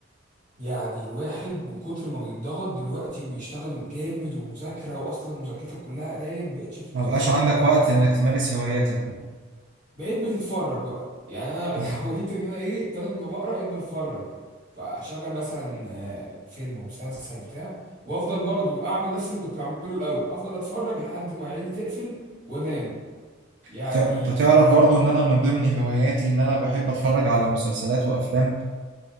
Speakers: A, on the right; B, on the right.
A: يعني الواحد من كتر ما بيتضغط دلوقتي وبيشتغل جامد ومذاكره واصلا مذاكرتك كلها قرايه ما بقتش
B: ما
A: بتقرا
B: بقاش
A: ولا
B: عندك
A: بقى
B: وقت انك تمارس هواياتك و...
A: بقيت بتتفرج بقى يعني انا
B: آه.
A: <laughs> حاولت ان انا ايه بدل ما بقرا بقيت بتفرج فاشغل مثلا آه، فيلم ومسلسل بتاع وافضل برضو اعمل نفس اللي كنت بعمله الاول افضل اتفرج لحد ما عيني تقفل وانام يعني
B: ت- انت تعرف برضو ان انا من ضمن هواياتي ان انا بحب اتفرج على مسلسلات وافلام